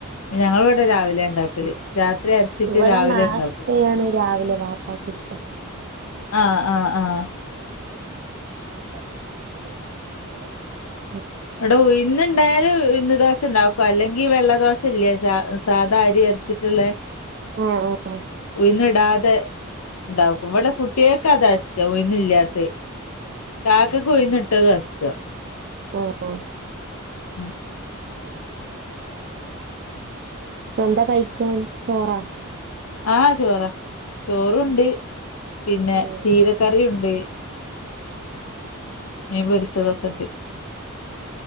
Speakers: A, on the left (about 85°); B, on the right (about 50°).
A: ഞങ്ങൾ ഇവിടെ രാവിലെ ണ്ടാക്കല് രാത്രി അരച്ചിട്ട്
B: ഇവിടെ
A: രാവിലെ
B: നാഷ്ടയാണ്
A: ഉണ്ടാക്കൂ.
B: രാവിലെ വാപ്പാക്ക് ഇഷ്ടം
A: ആഹ് ആഹ് ആ-
B: <unintelligible>
A: ഇവിട ഉഴുന്ന് ണ്ടായാല ഉഴുന്ന് ദോഷം ണ്ടാക്കും അല്ലെങ്കിൽ വെള്ള- ദോശ ഇല്ലേ സാധാ അരി അരച്ചിട്ടുള്ളേ.
B: ആഹ് ആഹ്
A: ഉയിന്ന് ടാതെ- ണ്ട വിടെ കുട്ട്യാൾക്ക് അതാ ഇഷ്ട്ടം ഉഴുനില്ലാത്തത്. കാക്ക കൊയിന്നിട്ടത് ഷ്ടം.
B: ഓ ഹ്
A: മ്
B: എന്താ കഴിക്കാൻ ചോറാ?
A: ആ ചോറാ ചോറുണ്ട്
B: ഉം
A: പിന്നെ
B: ഉം
A: ചീരക്കറിയുണ്ട്. മീ പൊരിച്ചതൊക്കെ ണ്ട്.